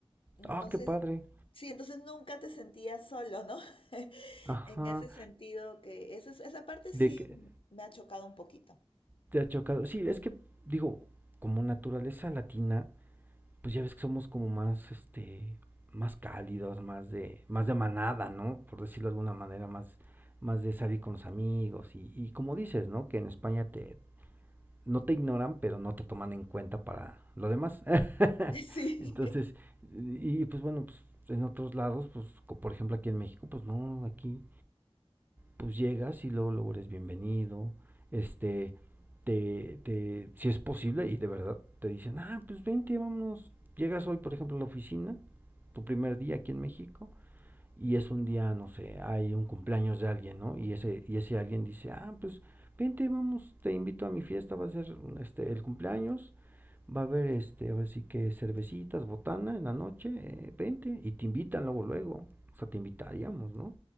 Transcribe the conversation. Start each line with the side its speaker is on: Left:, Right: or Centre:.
Left: Entonces,
Right: Ah, qué padre.
Left: sí, entonces nunca te sentías solo, ¿no? <laughs>
Right: Ajá.
Left: En ese sentido que esa, es- esa parte sí
Right: De que
Left: me ha chocado un poquito.
Right: te ha chocado. Sí, es que, digo, como naturaleza latina, pues ya ves que somos como más, este, más cálidos, más de, más de manada, ¿no? Por decirlo de alguna manera, más, más de salir con los amigos y, y como dices, ¿no? Que en España te, no te ignoran, pero no te toman en cuenta para lo demás. <laughs>
Left: <laughs> Sí.
Right: Entonces, y pues bueno, pues en otros lados, pues co- por ejemplo aquí en México, pues no, aquí pues llegas y luego, luego eres bienvenido, este, te, te, si es posible, y de verdad te dicen, ah, pues vente, vámonos, llegas hoy, por ejemplo, a la oficina, tu primer día aquí en México, y es un día, no sé, hay un cumpleaños de alguien, ¿no? Y ese, y ese alguien dice, ah, pues vente, vamos, te invito a mi fiesta, va a ser este, el cumpleaños, va a haber, este, ahora sí que cervecitas, botana en la noche, eh, vente, y te invitan luego, luego, o sea, te invitaríamos, ¿no?